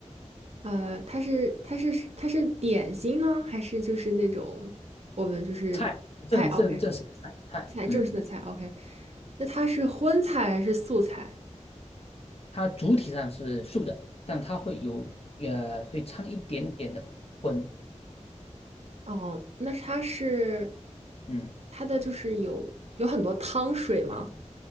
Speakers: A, on the right; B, on the left.
A: 呃，它是它是它是点心呢，还是就是那种我们就是菜？OK，
B: 菜，正正正式的菜菜，
A: 菜正式的菜。
B: 嗯。
A: OK，那它是荤菜还是素菜？
B: 它主体上是素的，但它会有呃会掺一点点的荤，
A: 哦，那它是
B: 嗯
A: 它的就是有有很多汤水吗？